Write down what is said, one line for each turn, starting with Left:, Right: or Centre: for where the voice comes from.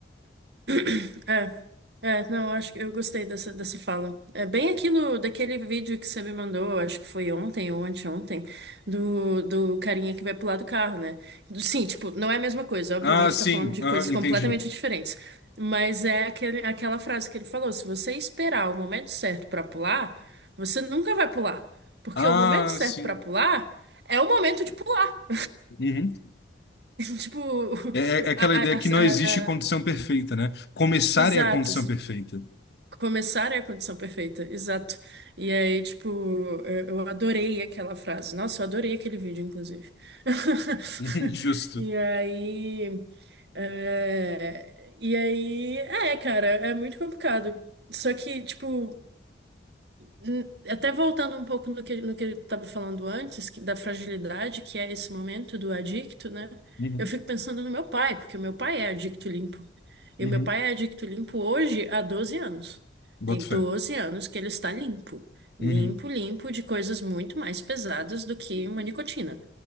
Right: <coughs> É, é, não, acho que eu gostei dessa, dessa fala. É bem aquilo daquele vídeo que você me mandou, acho que foi ontem ou anteontem, do, do carinha que vai pular do carro, né? Do- Sim, tipo, não é a mesma coisa, obviamente
Left: Ah, sim,
Right: tá falando de
Left: ah,
Right: coisas
Left: entendi.
Right: completamente diferentes. Mas é aquele, aquela frase que ele falou: se você esperar o momento certo pra pular, você nunca vai pular. Porque
Left: Ah,
Right: o momento certo
Left: sim.
Right: pra pular é o momento de pular. <laughs>
Left: Uhum.
Right: Tipo,
Left: É, é é aquela
Right: a,
Left: ideia
Right: a, a, a-
Left: que não existe condição
Right: a-
Left: perfeita, né? Começar
Right: Exato.
Left: é a condição perfeita.
Right: Começar é a condição perfeita, exato. E aí, tipo, eu eu adorei aquela frase. Nossa, eu adorei aquele vídeo, inclusive. <laughs>
Left: <laughs> Justo.
Right: E aí. é, E aí. É, cara, é muito complicado. Só que, tipo. Hum, Até voltando um pouco no que, no que eu estava falando antes, que- da fragilidade que é esse momento do adicto, né?
Left: Uhum.
Right: Eu fico pensando no meu pai, porque o meu pai é adicto limpo. E
Left: Uhum.
Right: o meu pai é adicto limpo hoje há 12 anos.
Left: Boto
Right: Tem 12
Left: fé.
Right: anos que ele está limpo. Limpo,
Left: Uhum.
Right: limpo de coisas muito mais pesadas do que uma nicotina.